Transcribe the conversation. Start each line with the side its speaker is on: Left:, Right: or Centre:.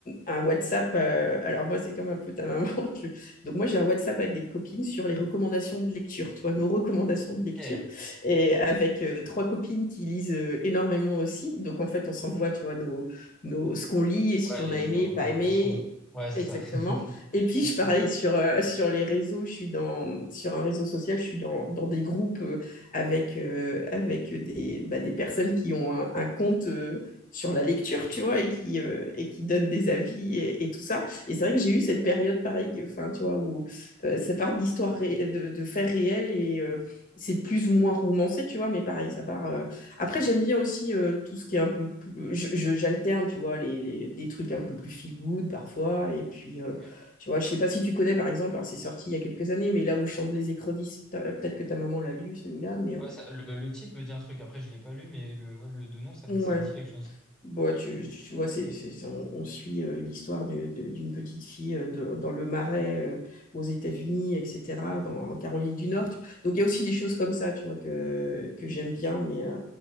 Left: un WhatsApp, euh, alors moi c'est comme un peu ta maman, <laughs> je- donc moi j'ai un WhatsApp avec des copines sur les recommandations de lecture, tu vois, nos recommandations de lecture
Centre: Ok.
Left: et avec euh, trois copines qui lisent euh, énormément aussi. Donc en fait, on s'envoie, tu vois, nos, nos, ce qu'on lit et si
Centre: Ouais, les,
Left: on a aimé,
Centre: les recommandations.
Left: pas aimé.
Centre: Ouais, c'est
Left: Exactement.
Centre: ça. <laughs>
Left: Et puis,
Centre: Ok.
Left: je pareil, sur, euh, sur les réseaux, je suis dans, sur un réseau social, je suis dans, dans des groupes euh, avec, euh, avec des, bah, des personnes qui ont un, un compte euh, sur la lecture, tu vois, et qui, euh, et qui donnent des avis et, et tout ça. Et c'est vrai que j'ai eu cette période, pareil, que- enfin, tu vois, où euh, ça part d'histoires ré- de, de faits réels et, euh, c'est plus ou moins romancé, tu vois, mais pareil, ça part. euh. Après, j'aime bien aussi euh, tout ce qui est un peu plus. je- je- J'alterne, tu vois, les, les- des trucs un peu plus feel good parfois. Et puis, euh,
Centre: Ok.
Left: tu vois, je sais pas si tu connais, par exemple, alors c'est sorti il y a quelques années, mais là où chantent les écrevisses, t'as- peut-être que ta maman l'a lu, celui-là, mais euh,
Centre: Ouais, ça- le, le titre me dit un truc. Après, je l'ai pas lu, mais le, ouais, le, de nom, ça me,
Left: ouais.
Centre: ça me dit quelque chose.
Left: Bon, tu, tu- tu vois, c'est, c'est- on, on suit euh, l'histoire de- de- d'une petite fille euh, de- dans le Marais euh, aux États-Unis, etc., dans, en Caroline du Nord. tu- Donc, il y a aussi des choses comme ça, tu vois, que, que j'aime bien, mais euh,